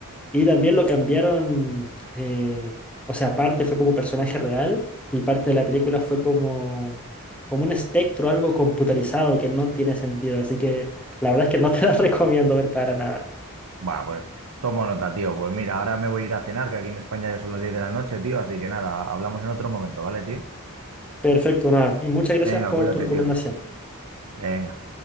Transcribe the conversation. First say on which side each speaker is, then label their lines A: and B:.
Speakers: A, in the centre; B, on the right.
A: Y también lo cambiaron. eh, o sea, parte fue como personaje real y parte de la película fue como, como un espectro, algo computarizado que no tiene sentido. Así que la verdad es que no te la <laughs> recomiendo ver para nada.
B: Bueno, pues tomo nota, tío. Pues mira, ahora me voy a ir a cenar, que aquí en España ya son las 10 de la noche, tío. Así que nada, hablamos en otro momento, ¿vale, tío?
A: Perfecto, nada. Y muchas gracias
B: Venga,
A: por
B: cuídate,
A: tu recomendación.
B: tío. Venga.